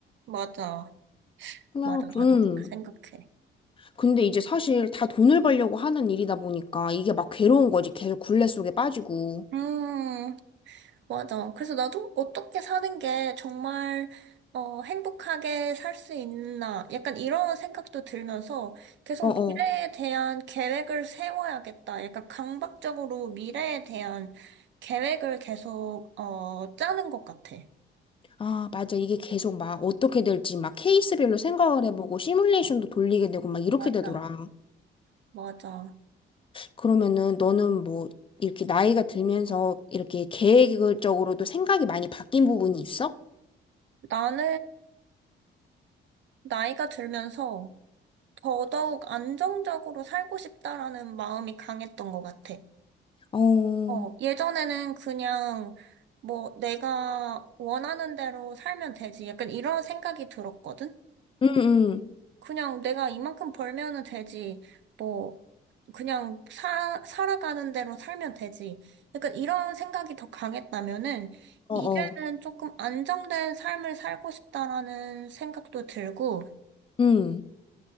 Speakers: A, on the right; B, on the left.
A: 맞아.
B: 그냥
A: 맞아.
B: 좀.
A: 나도 그렇게 생각해.
B: 근데 이제 사실 다 돈을 벌려고 하는 일이다 보니까 이게 막 괴로운 거지. 계속 굴레 속에 빠지고.
A: 음. 맞아. 그래서 나도 어떻게 사는 게 정말 어, 행복하게 살 수 있나 약간 이런 생각도 들면서 계속
B: 어어.
A: 미래에 대한 계획을 세워야겠다. 약간 강박적으로 미래에 대한 계획을 계속 어, 짜는 것 같아.
B: 아, 맞아. 이게 계속 막 어떻게 될지 막 케이스별로 생각을 해보고 시뮬레이션도 돌리게 되고 막 이렇게
A: 맞아.
B: 되더라.
A: 맞아.
B: 그러면은 너는 뭐 이렇게 나이가 들면서 이렇게 계획적으로도 생각이 많이 바뀐 부분이 있어?
A: 나는 나이가 들면서 더더욱 안정적으로 살고 싶다라는 마음이 강했던 것 같아.
B: 어.
A: 어, 예전에는 그냥 뭐 내가 원하는 대로 살면 되지. 약간 이런 생각이 들었거든?
B: 응, 응.
A: 그냥 내가 이만큼 벌면은 되지. 뭐, 그냥 사, 살아가는 대로 살면 되지. 약간 이런 생각이 더 강했다면은
B: 어어.
A: 이제는 조금 안정된 삶을 살고 싶다라는 생각도 들고,
B: 음.